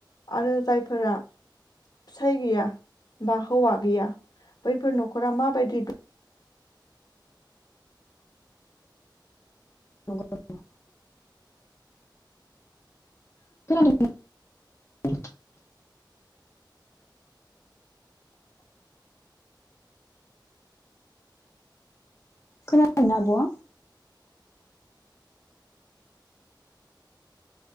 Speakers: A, on the left; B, on the left.
A: आरो जायफोरा फिसाय गैया बा हौवा गैया बैफोर नखरा माबायदि
B: <unintelligible> <unintelligible> खोनादोंना आब'आ